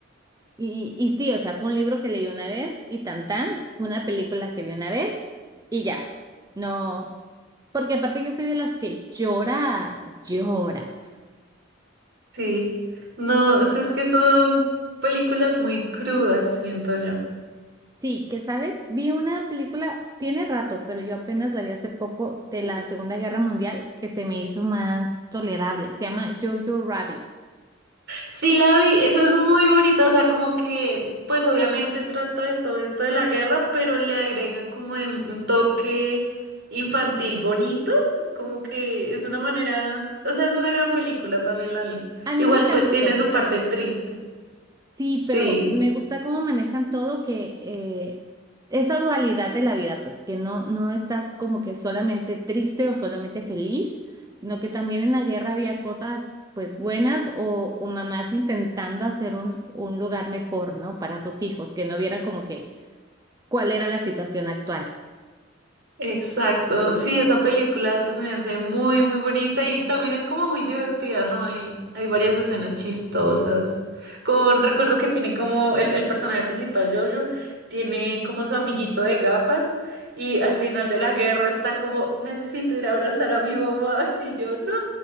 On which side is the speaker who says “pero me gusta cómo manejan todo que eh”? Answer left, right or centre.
Right